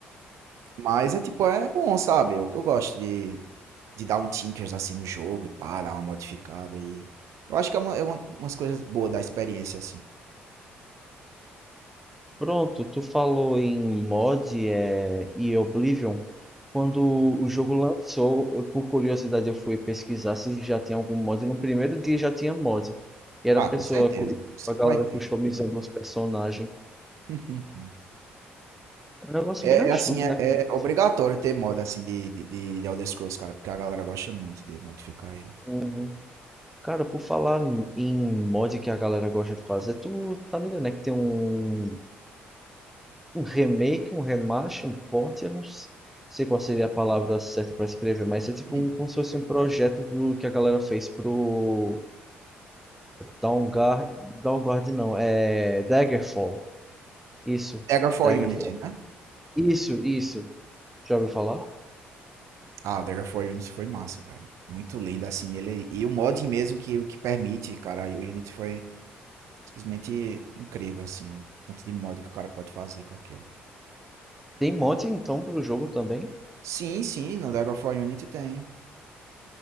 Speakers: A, on the right; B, in the centre.
A: Mas é tipo, é bom, sabe? Eu, eu gosto de, de dar um tinkers assim no jogo e pá, dar uma modificada e. Eu acho que é, uma, é uma- umas coisas boas da experiência, assim.
B: Pronto, tu falou em mod é, e Oblivion. Quando o jogo lançou, eu, por curiosidade, eu fui pesquisar se já tinha algum mod. No primeiro dia já tinha mod. E era
A: Ah,
B: a pessoa,
A: com certeza.
B: cu-
A: Sempre
B: a galera
A: vai ter.
B: customizando os personagens.
A: <laughs>
B: É um negócio
A: É,
B: bem astuto,
A: é assim, é,
B: né? Como
A: é obrigatório
B: pessoa-
A: ter moda assim de, de, de de Elder Scrolls, cara, porque a galera gosta muito de modificar ele.
B: Uhum. Cara, por falar em em mod que a galera gosta de fazer, tu tá ligado, né? Que tem um um remake, um remaster, um port, eu não sei qual seria a palavra certa pra escrever, mas é tipo
A: Hum,
B: um, como se fosse um projeto do que a galera fez pro Downguard, Downguard não, é Daggerfall. Isso,
A: Dagger for
B: Daggerfall.
A: Unity, né?
B: Isso, isso. Já ouviu falar?
A: Ah, o Dagger for Unity foi massa, cara. Muito lindo, assim, ele... E o mod mesmo que, o que permite, cara, o Unity foi simplesmente incrível, assim, ó. Tanto de mod que o cara pode fazer com aquilo.
B: Tem mod então pro jogo também?
A: Sim, sim, no Dagger for Unity tem.